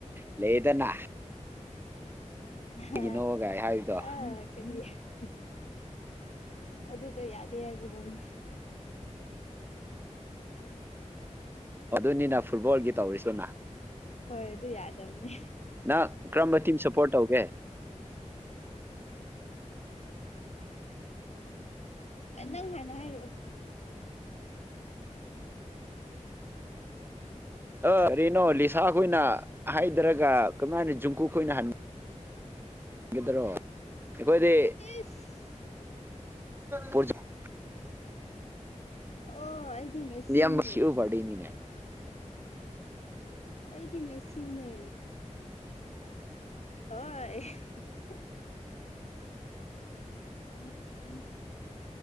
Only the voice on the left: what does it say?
ꯑ
ꯑ
ꯀꯔꯤ ꯑꯗꯨꯗꯣ ꯌꯥꯗꯦ ꯍꯥꯏꯕꯝ
ꯍꯣꯏ ꯑꯗꯨ ꯌꯥꯗꯕꯅꯤ
ꯎꯝ ꯅꯪ ꯍꯅ ꯍꯥꯏꯔ ꯋꯥ
ꯏꯁ
ꯑꯣ ꯃꯦꯁꯤꯅꯤꯅꯦ
ꯑꯩꯗꯤ ꯃꯦꯁꯤꯅꯦ ꯍ <unintelligible> <inaudible> ꯎꯝ ꯎꯝ